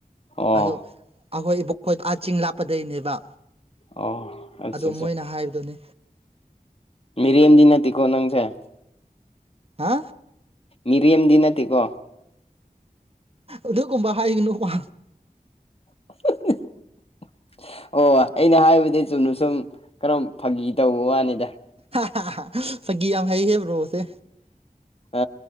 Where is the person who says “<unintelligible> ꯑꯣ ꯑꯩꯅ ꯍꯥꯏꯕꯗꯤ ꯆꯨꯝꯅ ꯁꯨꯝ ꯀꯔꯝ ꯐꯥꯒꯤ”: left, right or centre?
Left